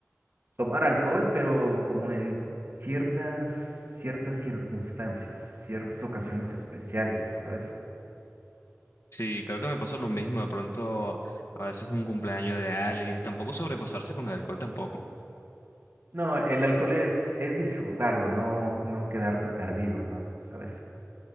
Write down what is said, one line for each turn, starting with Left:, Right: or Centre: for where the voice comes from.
Right: tomar alcohol, pero como en ciertas, ciertas circunstancias, ciertas ocasiones especiales, ¿sabes?
Left: Sí, creo que me pasa lo mismo. De pronto, a veces un cumpleaños de alguien, y tampoco sobrepasarse con el alcohol tampoco.
Right: No, el alcohol es, es disfrutarlo, no, no quedarte perdido, ¿no? ¿Sabes?